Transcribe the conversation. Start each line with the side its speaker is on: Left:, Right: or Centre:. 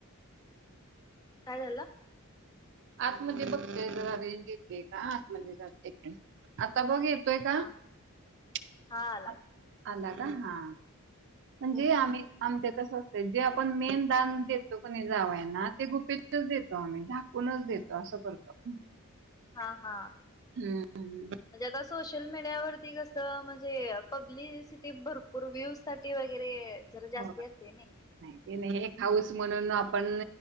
Left: काय झालं.
Right: आत मध्ये बघतेय जरा रेंज येते का आात मध्ये जात आता बघ. श्वेता
Left: हा
Right: का
Left: हा आला
Right: आला का हा. म्हणजे
Left: हो हो
Right: आम्ही आमच्या कसं असतं जे आपण मेन दान देतो कोणी जावयांना ते गुपित. देतो आम्ही झाकूनचं देतो असं करतो.
Left: हा. हा.
Right: हम्.
Left: म्हणजे आता सोशल मीडियावररती कसं. म्हणजे पब्लिसिटी भरपूर व्ह्यूज साठी वगैरे. जरा जास्ती
Right: हो
Left: असते ना
Right: नाही हे हाऊ <inaudible> स म्हणून आपण